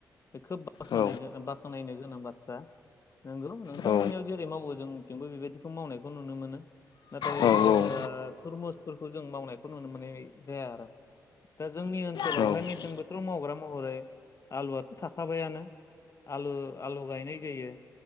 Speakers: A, on the left; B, on the left.
A: बे खोब बाखनाय-बाख्नायनो
B: औ
A: गोनां बाथ्रा नंगौ नोंथांमोननियाव
B: औ
A: जेरै मावो जोंथिंबो बेबायदिखौ मावनायखौ नुनो मोनो नाथाय
B: औ औ
A: ओ थुरमुसफोरखौ जों मावनायखौ नुनो मोननाय जाया आरो दा जोंनि ओनसोलावहाय
B: जोंनिथिं
A: मेसें बोथोराव मावग्रा महरै आलुआथ' थाखाबायानो आलु आलु गायनाय जायो